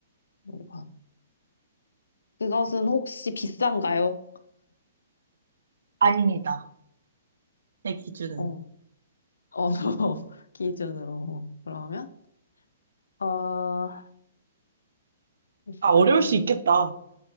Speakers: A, on the left; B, on the right.
A: 물건. 그것은 혹시 비싼가요?
B: 아닙니다. 제 기준은.
A: 어, 어, <laughs> 기준으로. 그러면? 어, 비싸지
B: 아, 어려울 수
A: 않고.
B: 있겠다.